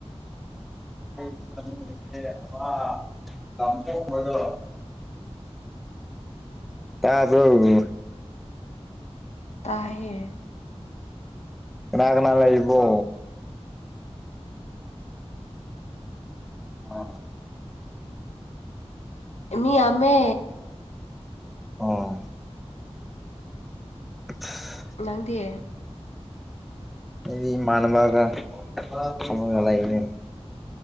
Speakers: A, in the centre; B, on the left.
A: <unintelligible> ꯇꯥꯕꯔꯣ
B: ꯇꯥꯏꯌꯦ
A: ꯀꯅꯥ ꯀꯅꯥ ꯂꯩꯕ꯭ꯔꯣ ꯑꯥ
B: ꯑꯦ ꯃꯤ ꯌꯥꯃꯦ
A: ꯑꯣ <inaudible>
B: ꯅꯪꯗꯤ
A: ꯑꯩꯗꯤ ꯏꯃꯥꯅꯕꯒ ꯑꯃꯒ ꯂꯩꯕꯅꯤ